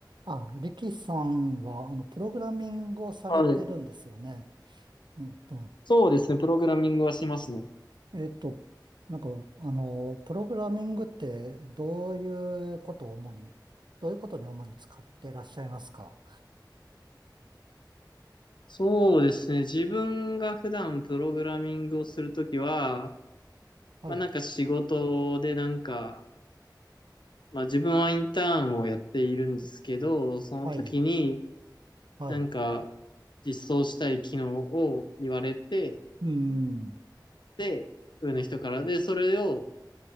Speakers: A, on the right (about 80°); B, on the left (about 80°).
A: あ、リキさんは、あの、プログラミングをされてるんですよね。
B: はい。
A: うんと、
B: そうですね。プログラミングはしますね。
A: えっと、なんか、あの、プログラミングって、どういうことを主に、どういうことに主に使っていらっしゃいますか
B: そうですね。自分が普段プログラミングをするときは、
A: はい、
B: まあなんか仕事でなんか、まあ自分はインターンをやっているんですけど、その時に
A: はい、はい。
B: なんか実装したい機能を言われて、
A: うん、
B: で、上の人からで、それを